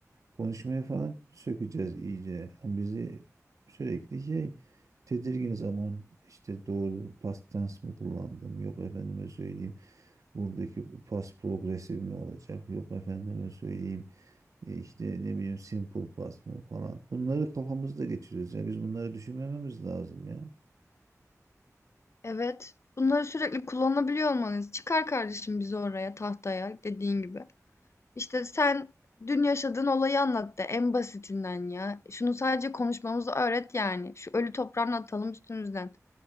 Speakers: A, on the right (about 70°); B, on the left (about 50°).
A: konuşmayı falan sökeceğiz iyice. Ama bizi sürekli şey tedirgin zaman işte doğru past tense mi kullandım yok efendime söyleyeyim buradaki past progresif mi olacak yok efendime söyleyeyim e, işte ne bileyim simple past mı falan bunları kafamızda geçiriyoruz ya biz bunları düşünmememiz lazım ya.
B: Evet. Bunları sürekli kullanabiliyor olmanız. Çıkar kardeşim bizi oraya tahtaya dediğin gibi. İşte sen dün yaşadığın olayı anlat de en basitinden ya. Şunu sadece konuşmamızı öğret yani. Şu ölü toprağını atalım üstümüzden.